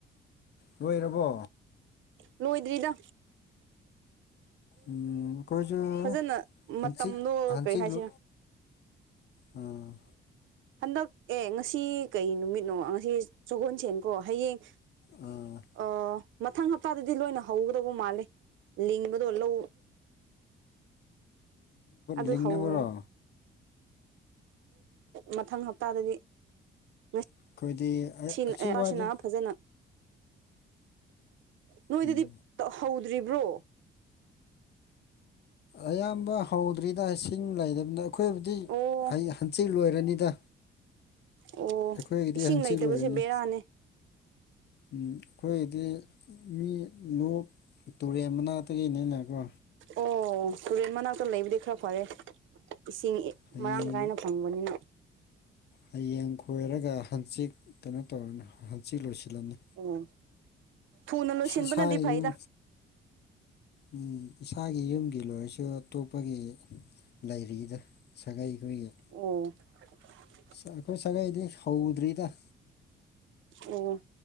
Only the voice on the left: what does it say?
ꯂꯣꯏꯔꯕꯣ
ꯎ ꯀꯈꯣꯏꯁꯨ
ꯍꯧꯖꯤꯤ
ꯍꯧꯥꯟꯖꯤꯤ
ꯂꯨ ꯑꯝ
ꯑꯥ
ꯂꯤꯡꯕꯣꯔꯣ
ꯑꯩꯈꯣꯏꯗꯤ ꯑꯁꯤ
ꯋꯥꯏꯗ
ꯎꯝ
ꯑꯌꯥꯝꯕ ꯍꯧꯗ꯭ꯔꯤꯗ ꯏꯁꯤꯡ ꯂꯩꯕꯅꯤꯅ ꯑꯩꯈꯣꯏꯕꯨꯗꯤ
ꯍ ꯁꯟꯆꯤ ꯂꯣꯏꯔꯅꯤꯗ
ꯑꯩꯈꯣꯏꯒꯤꯗꯤ
ꯍꯟꯆꯤꯜ
ꯂꯣꯏꯔꯅꯤ
ꯎꯝ ꯑꯩꯈꯣꯏꯒꯤꯗꯤ ꯃꯤ ꯂꯣꯛ ꯇꯨꯔꯦꯟ ꯃꯅꯥꯛꯇꯒꯤꯅꯤꯅꯀꯣ
ꯍꯌꯦꯡ
ꯍꯌꯦꯡ ꯈꯣꯏꯔꯒ ꯍꯪꯆꯤꯛ ꯀꯩꯅꯣ ꯇꯧꯔꯅꯤ ꯍꯟꯆꯤꯛ ꯂꯣꯏꯁꯤꯜꯂꯝꯅꯤ
ꯏꯁꯥꯒꯤ
ꯌꯨꯝ ꯎꯝ ꯏꯁꯥꯒꯤ ꯌꯨꯝꯒꯤ ꯂꯣꯏꯔꯁꯨ ꯑꯇꯣꯞꯄꯒꯤ ꯂꯩꯔꯤꯗ ꯁꯥꯒꯩ ꯑꯩꯈꯣꯏꯒꯤ
ꯑꯩꯈꯣꯏ ꯁꯥꯒꯩꯗꯤ ꯍꯧꯗ꯭ꯔꯤꯗ